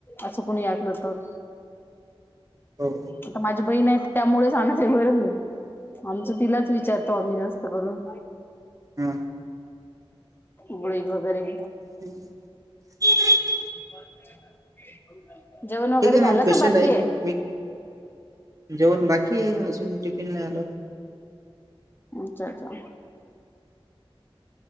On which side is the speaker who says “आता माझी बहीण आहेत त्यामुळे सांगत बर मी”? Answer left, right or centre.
Left